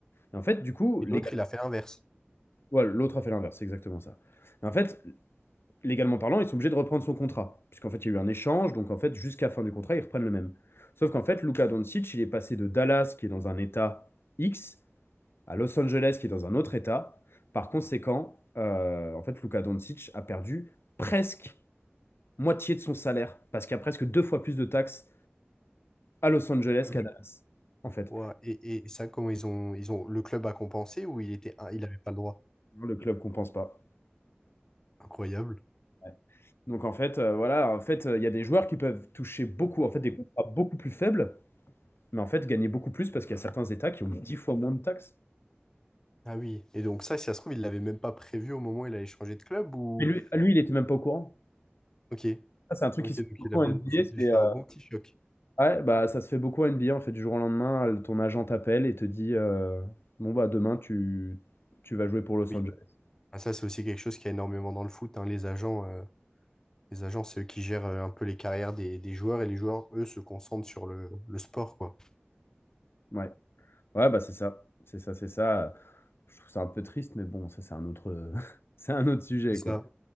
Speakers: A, on the left; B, on the left.
A: Et en fait, du coup,
B: Et
A: les
B: l'autre,
A: gars,
B: il a fait inverse.
A: ouais, l'autre a fait l'inverse, c'est exactement ça. Et en fait, légalement parlant, ils sont obligés de reprendre son contrat. Puisqu'en fait, il y a eu un échange, donc en fait, jusqu'à la fin du contrat, ils reprennent le même. Sauf qu'en fait, Luka Doncic, il est passé de Dallas, qui est dans un état X, à Los Angeles, qui est dans un autre état. Par conséquent, euh, en fait, Luka Doncic a perdu presque moitié de son salaire, parce qu'il y a presque deux fois plus de taxes à Los Angeles
B: Ah oui.
A: qu'à Dallas, en fait.
B: Ouah, Et, et- et ça, comment ils ont, ils ont, le club a compensé ou il était, un- il avait pas le droit?
A: Le club compense pas.
B: Incroyable.
A: Ouais. Donc en fait, euh, voilà, en fait, euh, il y a des joueurs qui peuvent toucher beaucoup, en fait, des contrats beaucoup plus faibles Mais en fait, gagner beaucoup plus parce qu'il y a certains États qui ont 10 fois moins de taxes.
B: Ah oui. Et donc ça, si ça se trouve, il l'avait même pas prévu au moment où il allait changer de club ou
A: Et lui, lui, il était même pas au courant.
B: Ok,
A: Ça, c'est un truc
B: ok,
A: qui se
B: donc
A: fait beaucoup
B: il a bien,
A: en NBA.
B: ça a
A: C'est,
B: dû faire
A: euh,
B: un bon petit choc.
A: ouais, bah, ça se fait beaucoup en NBA. En fait, du jour au lendemain, ton agent t'appelle et te dit euh, Bon, bah, demain, tu, tu vas jouer pour Los
B: Oui,
A: Angeles.
B: Ah, ça c'est aussi quelque chose qu'il y a énormément dans le foot. hein. Les agents, euh, les agents, c'est eux qui gèrent euh, un peu les carrières des, des joueurs et les joueurs, eux, se concentrent sur le, le sport, quoi.
A: Ouais, ouais bah, c'est ça. C'est ça, c'est ça. Je trouve ça un peu triste, mais bon, ça, c'est un autre, <laughs> c'est un autre sujet,
B: C'est
A: quoi.
B: ça,